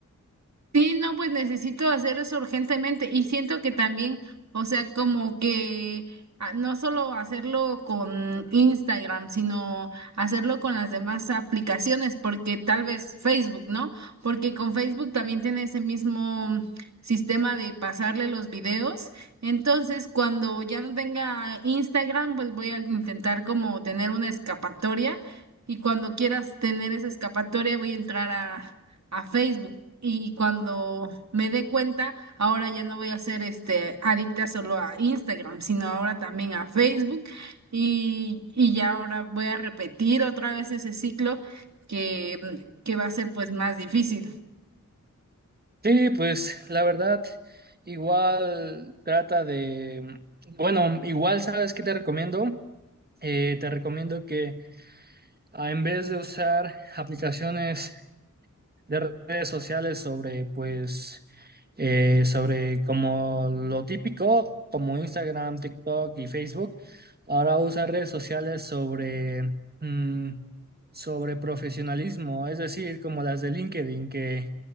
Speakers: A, on the right; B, on the right.
A: Sí, no, pues necesito hacer eso urgentemente y siento que también, o sea, como que ah, no solo hacerlo con Instagram, sino hacerlo con las demás aplicaciones, porque tal vez Facebook, ¿no? Porque con Facebook también tiene ese mismo sistema de pasarle los videos. Entonces, cuando ya no tenga Instagram, pues voy a intentar como tener una escapatoria y cuando quieras tener esa escapatoria voy a entrar a, a Facebook. Y cuando me dé cuenta, ahora ya no voy a ser este adicta solo a Instagram, sino ahora también a Facebook. Y, y ya ahora voy a repetir otra vez ese ciclo que, que va a ser pues más difícil.
B: Sí, pues la verdad, igual trata de, bueno, igual sabes qué te recomiendo. Eh, te recomiendo que a- en vez de usar aplicaciones de redes sociales sobre, pues, eh, sobre como lo típico, como Instagram, TikTok y Facebook, ahora usa redes sociales sobre, mm, sobre profesionalismo, es decir, como las de LinkedIn, que,